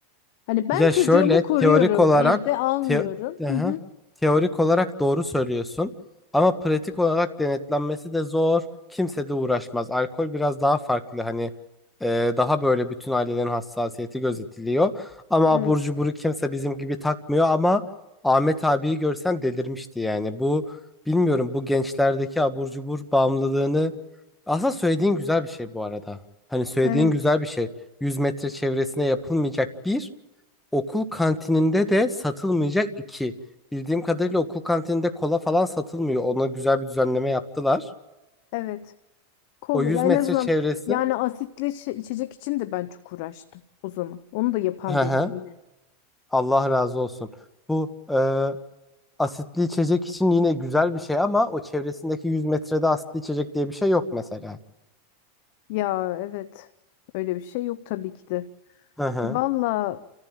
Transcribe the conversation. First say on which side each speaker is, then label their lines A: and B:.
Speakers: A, on the left; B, in the centre.
A: Hani ben
B: Ya
A: çocuğumu
B: şöyle
A: koruyorum,
B: teorik olarak
A: evde almıyorum.
B: teo- Aha.
A: Hı hı.
B: teorik olarak doğru söylüyorsun ama pratik olarak denetlenmesi de zor. Kimse de uğraşmaz. Alkol biraz daha farklı hani e, daha böyle bütün ailelerin hassasiyeti gözetiliyor. Ama
A: Evet,
B: abur cuburu kimse bizim gibi takmıyor ama Ahmet abiyi görsen delirmişti yani. Bu bilmiyorum bu gençlerdeki abur cubur bağımlılığını aslında söylediğin güzel bir şey bu arada. Hani söylediğin
A: evet,
B: güzel bir şey. yüz metre çevresine yapılmayacak bir Okul kantininde de satılmayacak iki. Bildiğim kadarıyla okul kantininde kola falan satılmıyor. Ona güzel bir düzenleme yaptılar.
A: evet. Kol,
B: O 100
A: ya
B: metre
A: en azından
B: çevresi.
A: yani asitli şi- içecek için de ben çok uğraştım o zaman. Onu da yapan
B: Hı
A: benim
B: hı.
A: yine.
B: Allah razı olsun. Bu e, asitli içecek için yine güzel bir şey ama o çevresindeki 100 metrede asitli içecek diye bir şey yok mesela.
A: Ya evet, öyle bir şey yok tabii ki de.
B: Hı hı.
A: Valla